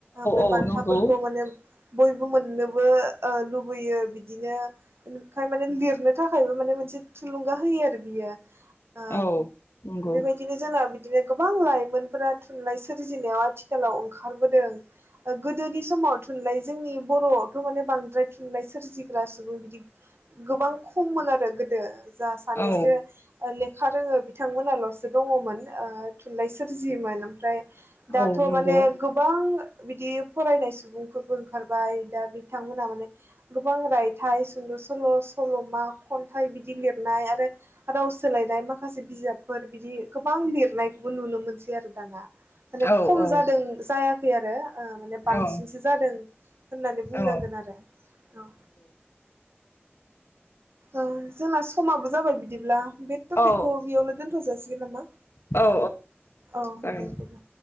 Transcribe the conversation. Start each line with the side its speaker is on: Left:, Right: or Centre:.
Right: बे
Left: औ
Right: बान्थाफोरखौ
Left: नंगौ
Right: माने बयबो मोननोबो लुबैयो बिदिनो इनिखाय माने लिरनो थाखायबो माने मोनसे थुलुंगा होयो आरो बियो। ओ
Left: औ नंगौ
Right: बेबायदिनो जोंना बि बिदिनो गोबां लाइमोनफोरा थुनलाइ सोरजिनायाव आथिखालाव ओंखारबोदों। गोदोनि समाव थुनलाइ जोंनि बर'आवथ' माने बांद्राय थुनलाइ सोरजिग्रा सुबुं बिदि गोबां खममोन आरो गोदो। जा सानैसो
Left: औ
Right: ओ लेख लेखा रोङो बिथांमोनाल'सो दङमोन ओ थुनलाइ सोरजियोमोन। ओमफ्राय दाथ'
Left: औ नंगौ
Right: माने गोबां बिदि फरायनाय सुबुंफोरबो ओंखारबाय दा बिथांमोनहा माने गोबां रायथाइ सुंद' सल' सल' सल'मा खन्थाइ बिदि लिरनाय आरो राव सोलायनाय माखासे बिजाबफोर बिदि गोबां लिरनायखौबो नुनो मोनसै आरो दाना। माने
Left: औ
Right: खम
Left: औ
Right: जादों जायाखै आरो माने बांसिनसो
Left: औ
Right: जादों होननानै बुंनांगोन
Left: औ
Right: आरो औ। ओ जोंना स समाबो जाबाय बि बिदिब्ला बे टपिकखौ
Left: औ
Right: बेयावनो दोनथ' जासिगोन नामा?
Left: औ औ
Right: औ
Left: जागोन
Right: दे दे दे।